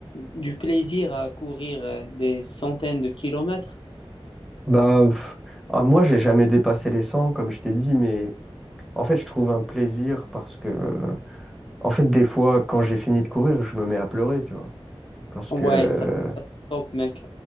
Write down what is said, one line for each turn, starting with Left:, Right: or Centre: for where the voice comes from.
Left: du plaisir à courir euh, des centaines de kilomètres?
Centre: Bah, pff, ah, moi, j'ai jamais dépassé les 100, comme je t'ai dit, mais en fait, je trouve un plaisir parce que, euh, en fait, des fois, quand j'ai fini de courir, je me mets à pleurer, tu vois. Parce
Left: Ouais,
Centre: que, euh,
Left: ça top, mec.